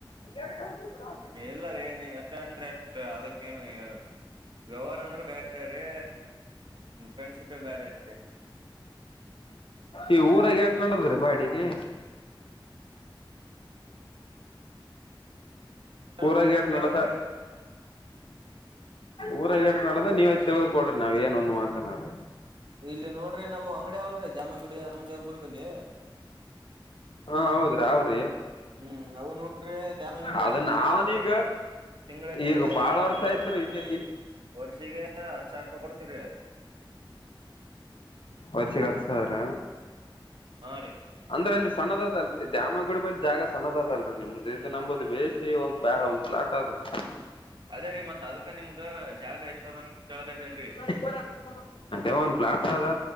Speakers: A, on the left (about 80°); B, on the right (about 65°).
A: <inaudible>
B: ಎಲ್ಲರಿ ನೀ ಅಷ್ಟ ಅಂದೆ ಅಷ್ಟ ಅದಕ್ಕೇನು ವ್ಯವಹಾರ. <unintelligible> ಬೇರೆ ರೀ ಫ್ರೆಂಡ್ ಇದ್ದಾಗ ಬೇರೆ ಐತ್ರಿ.
A: ಈ ಊರಾಗ ಹಳ್ತ ನಡದ್ರೀ ಬಾಡಿಗೆ.
B: ಹನುಮನ್
A: ಊರಾಗ
B: ದೇವ್ರ
A: ಎಟ್
B: ಗುಡಿ
A: ಮಾಡತಾರ.
B: ಅವಲ್ರಿ
A: ಊರಾಗ ಏಟ್ ನಡ್ದ ನೀವ ತಿಳಿದ್ಕ ಕೊಡ್ರಿ ನಾವ ಏನೊಂದ್ ಮಾತನಾಲ್ಲ.
B: ಇಲ್ಲಿ ನೋಡ್ರಿ ನಮ್ ಅಂಗಡಿ ಅವಲ್ರಿ ದಾಮನ್ಗುಡಿ ಹನುಮಂದಿ ಅವ್ರರುುಡ್ಲ್.
A: ಹಾ ಹೌದ್ರಿ ಅವ್ರಿ.
B: ಹ್ಮ್ ಅವ ನೋಡ್ರಿ ದಾಮಡ್
A: ಅದ
B: ಎಷ್ಟ ಅಂದ್ರ.
A: ನಾವನೀಗ
B: ತಿಂಗಳಿಗೆ
A: ಈಗ ಬಾಳ ವರ್ಷ
B: ಇದು
A: ಆಯ್ತ್ರಿ ಇಲ್ಲಿ ಇ
B: ವರ್ಷಿಗೆ ಹತ್ತು ಸಾವ ರೂಪಾಯಿ ಕೊಡ್ತೀರಿ.
A: ವಚ್ಚಿಗ ಹತ್ತ ಸಾವಿರ.
B: ಹಾ ರೀ.
A: ಅಂದ್ರೆ ಅಲ್ಲಿ ಸಣ್ಣದಲ್ ದ್ಯಾಮ ಗುಡ ಬಿ ಜಾಗ ಸಣ್ಣದಲ್ರರಿ ನಿಮ್ದ ಇದ ನಂಬೋದು ಬೇಶಿ ಒ. ಬ ಒಂದುಲಾಟ್ ಅದಲ್ಲ.
B: ಅದೇ ರೀ ಮತ್ ಅದಕ್ಕ ನಿಮ್ಗ ಜಾಗ ಎಷ್ಟ ಅದಂತ ಕಳ್ಗದೇನ ರಿ.
A: <inaudible> ಅ ಒಂದು ಪ್ಲಾಟ್ ಅದ